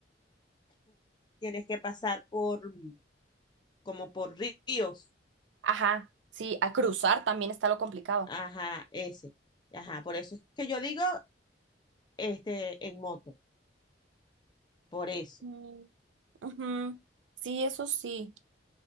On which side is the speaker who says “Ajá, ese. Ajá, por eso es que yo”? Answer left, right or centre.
Left